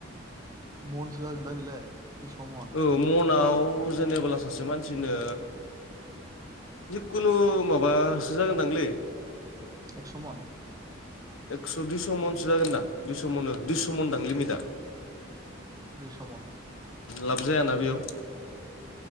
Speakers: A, on the right; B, on the left.
A: मनसो जागोन दा बेलाय खैस' मन?
B: औ मनाव जेनेबोला सासे मानसिनो जिखुनु माबासो जागोनदांलै
A: एक्स' मन।
B: एक्स' दुइस' मनसो जागोनदां दुइस' मन दुइस' मन दां लिमिटआ।
A: दुइस' मन।
B: लाब जायाना बेयाव?